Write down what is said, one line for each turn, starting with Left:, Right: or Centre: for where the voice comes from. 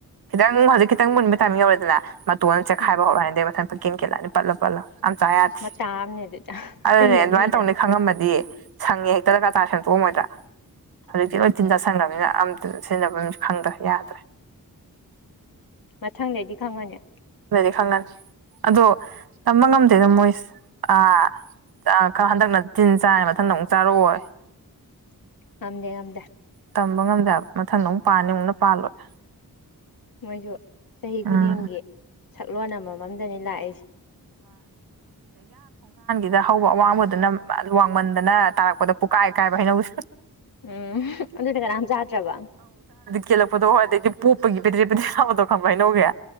Right: ꯈꯤꯇꯪ ꯍꯧꯖꯤꯛ ꯈꯤꯇꯪ ꯃꯨꯟꯕ ꯊꯥꯃꯤ ꯌꯧꯔꯦꯗꯅ ꯇ ꯆꯦꯈꯥꯏꯕ
Left: ꯎꯝ
Right: ꯑꯣꯏꯔꯦ ꯄ ꯀꯡ ꯀꯂꯅꯤ ꯄꯜꯂ ꯄꯜꯂ ꯑꯆꯥ ꯌꯥꯗꯦ
Left: ꯃꯇꯥ ꯑꯃꯅꯦ ꯑꯗꯨꯗ
Right: ꯑꯗꯨꯅꯦ
Left: ꯀꯩꯅꯣꯝꯅꯤꯅ
Right: ꯑꯗꯨꯃꯥꯏꯅ ꯇꯧꯅꯤ ꯈꯪꯉꯝꯃꯗꯤ ꯁꯪꯉꯦ ꯍꯦꯛꯇꯗ ꯀ ꯆꯥꯔ ꯁꯟꯗꯣꯛꯑꯝꯃꯣꯏꯗꯥ ꯍꯧꯛꯗꯤ
Left: ꯎꯝ
Right: ꯑꯣꯏ ꯇꯤꯟ ꯇ ꯁꯒ꯭ꯔꯃꯤꯅ ꯑꯝꯇ ꯁꯤꯖꯤꯟꯅꯕꯝꯁꯨ ꯈꯪꯗ ꯌꯥꯗ꯭ꯔꯦ
Left: ꯃꯊꯪꯗꯩꯗꯤ ꯈꯪꯉꯅꯤ
Right: ꯁꯉꯦꯟ ꯑꯗꯣ ꯇꯝꯕ ꯉꯝꯗꯦꯗ ꯃꯣꯏꯁ ꯑꯥ ꯈ ꯍꯟꯗꯛꯅ ꯇꯤꯟ ꯆꯥꯏꯔ ꯃꯊꯟꯗ ꯑꯃꯨꯛ ꯆꯥꯔꯛꯑꯣ
Left: <unintelligible> ꯌꯥꯝꯗ
Right: ꯇꯝꯕ ꯉꯝꯗꯦꯕ ꯃꯊꯟꯗ ꯑꯃꯨꯛ ꯄꯥꯅꯤ ꯑꯃꯨꯛꯅ ꯄꯥꯜꯂꯣꯏ
Left: ꯃꯣꯏꯁꯨ ꯆꯍꯤ ꯈꯨꯗꯤꯡꯒꯤ
Right: ꯎꯝ
Left: ꯁꯛꯂꯣꯟ ꯑꯃꯃꯝꯗꯅꯤ ꯂꯥꯛꯏꯁꯦ
Right: ꯁꯤꯗ ꯍꯧꯕ ꯑꯋꯥꯡꯕꯗꯨꯅ ꯋꯥꯡꯃꯟꯗꯅ ꯇꯥꯔꯛꯄꯗ ꯄꯨꯀꯥꯏ ꯀꯥꯏꯕ ꯍꯩꯅꯕꯨꯁꯨ
Left: ꯎꯝ ꯑꯗꯨꯗꯤ ꯀꯅꯥꯝ ꯆꯥꯗ꯭ꯔꯕ
Right: ꯀꯦꯜꯂꯛꯗꯣ ꯍꯣꯏꯗꯩꯗꯤ ꯄꯣꯞꯄꯒꯤ ꯑꯃ ꯄꯗ꯭ꯔꯦꯛ ꯄꯗ꯭ꯔꯦꯛ ꯂꯥꯎꯕꯗꯨ ꯈꯪꯕ ꯍꯥꯏꯅꯧꯒꯤ